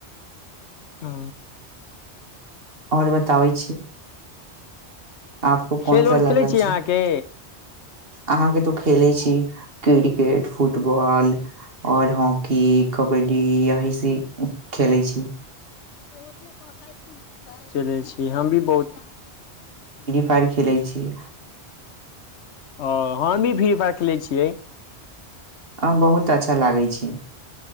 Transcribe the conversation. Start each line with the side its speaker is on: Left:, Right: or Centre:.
Left: ह
Right: आओर बताबै छी आपको
Left: खेल
Right: कोन सा
Left: उल
Right: लागै
Left: खेलै छी अहाँके
Right: अहाँके तो खेलैत छी क्रिकेट फुटबॉल आओर हॉकी कबड्डी यहीस खेलैत छी
Left: <unintelligible> चलै छी हम भी बहुत
Right: पर खेलै छीियै
Left: ओ हमी भी राखले छियै
Right: अ बहुत अच्छा लागै छै